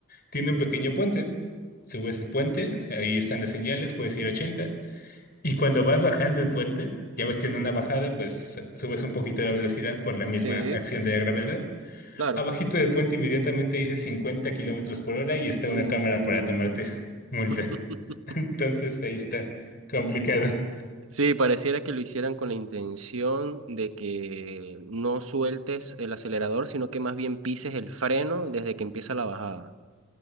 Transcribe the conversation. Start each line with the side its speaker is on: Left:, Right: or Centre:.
Left: tiene un pequeño puente, subes el puente, ahí están las señales, puedes ir 80, y cuando vas bajando el puente, ya ves que en una bajada, pues subes un poquito la velocidad por la misma
Right: Sí,
Left: acción de la gravedad,
Right: claro.
Left: Abajito del puente inmediatamente dice 50 kilómetros por hora y está
Right: Uh.
Left: una cámara para tomarte <laughs> multa.
Right: <laughs>
Left: Entonces ahí está complicado.
Right: Sí, pareciera que lo hicieran con la intención de que no sueltes el acelerador, sino que más bien pises el freno desde que empieza la bajada.